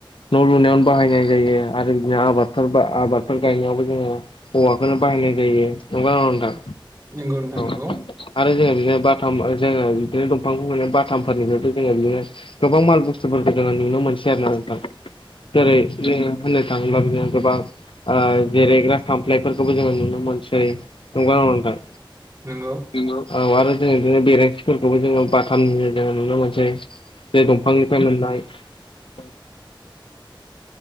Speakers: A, on the left; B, on the right.
A: न' लुनायावनो बाहायनाय जायो आरो बिदिनो आबादफोर बा आबादफोर गायनायावबो जोंङो औवाफोरनो बाहायनाय जा जायो नंगौ ना नंआ नोंथां?
B: नंगौ नोंथां नंगौ।
A: औ आरो जोङो बिदिनो बाथाम जोंङो बिदिनो दंफांखौ बाथामफोरनिफ्रायथ' जोङो बिदिनो गोबां माल बुस्थुफोरखौ जोंङो नुनो मोनसै आरो ना। जेरै जोंङो होननो थाङोब्ला जोंङो गोबां ओ जिरायग्रा खामफ्लायफोरखौबो जोंङो नुनो मोनसै नंगौ ना नंआ नोंथां?
B: नोंगौ।
A: नंगौ। औ आरो‌ जों बिदिनो बेरेनसि फोरखौबो जोंङो बाथामनि जोंङो नुनो मोनसै जे दंफांनिफ्राय मोननाय <inaudible>